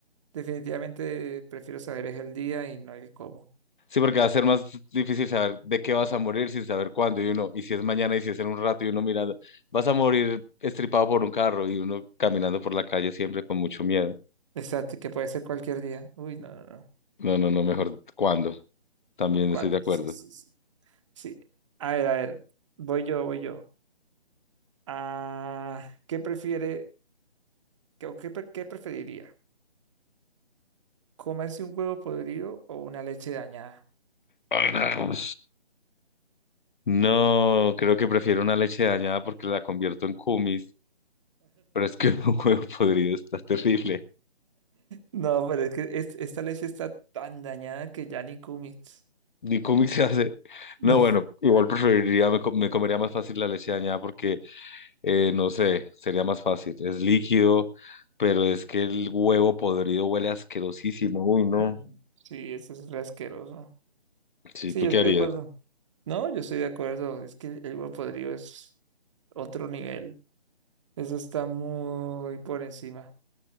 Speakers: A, on the right (about 30°); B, on the left (about 50°).
A: Definitivamente prefiero saber es el día y no el cómo.
B: Sí, porque va a ser más difícil saber de qué vas a morir sin saber cuándo y uno, y si es mañana y si es en un rato y uno mirando, vas a morir estripado por un carro y uno caminando por la calle siempre con mucho miedo.
A: Exacto, y que puede ser cualquier día. Uy, no, no, no.
B: No, no, no, mejor cuándo. También
A: ¿Cu- ¿Cuándo?
B: estoy de acuerdo.
A: Sí, sí, sí. Sí. A ver, a ver. Voy yo, voy yo. Ah, ¿qué prefiere qué, o qué, pre- qué preferiría? ¿Comerse un huevo podrido o una leche dañada? <laughs>
B: Ay, No, No, creo que prefiero una leche dañada porque la convierto en kumis, pero es que <laughs> un huevo podrido está terrible.
A: No, pero es que es- esta leche está tan dañada que ya ni comes.
B: Ni kumis se hace.
A: <laughs>
B: No,
A: No.
B: bueno, igual preferiría, me, co- me comería más fácil la leche dañada porque Eh, no sé, sería más fácil. Es líquido, pero es que el huevo podrido huele asquerosísimo. Uy, no.
A: Mm. Sí, eso es re asqueroso.
B: Sí,
A: Sí,
B: ¿tú
A: yo
B: qué
A: estoy
B: harías?
A: de acuerdo. No, yo estoy de acuerdo. Es que el huevo podrido es otro nivel. Eso está muy por encima.